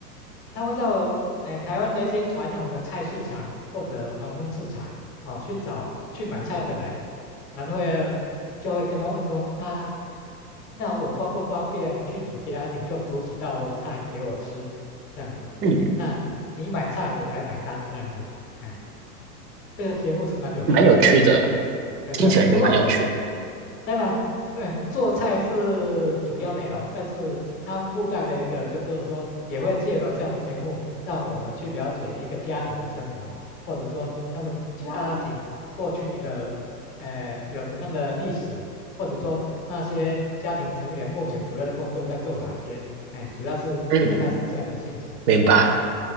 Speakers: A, on the left; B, on the right.
A: 他会到哎台湾的一些传统的菜市场或者黄昏市场哦去找去买菜的人，然后会就会跟他问说啊，那我方不方便去你家，你就煮几道菜给我吃，这样子。
B: 嗯，
A: 那你你买菜，我来买单，这样子。哎，这个节目是蛮有趣的啊，
B: 蛮有趣的，
A: 对对。
B: 听起来就蛮有趣的。
A: 不过当然，呃，做菜是主要内容，但是它附带了一个，就是说也会借由这样的节目，让我们去了解一个家庭的生活，或者说他们家庭过去的，呃，有怎么样的历史，或者说那些家庭成员目前主要的工作在做哪些，哎，主要是大概是这样的性质，
B: 嗯，明白。
A: 嗯